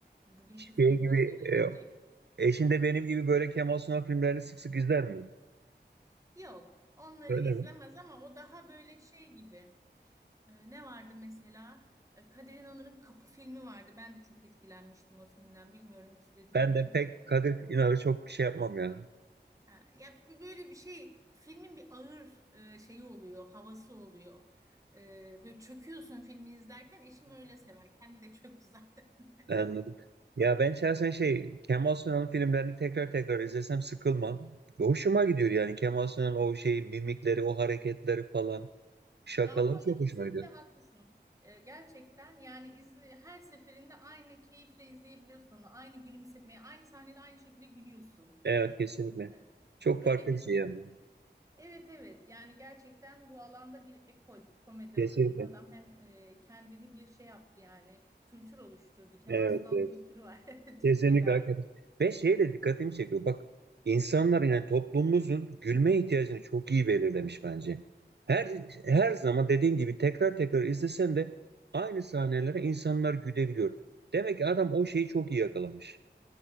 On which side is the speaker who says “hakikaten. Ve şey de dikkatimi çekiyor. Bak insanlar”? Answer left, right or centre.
Right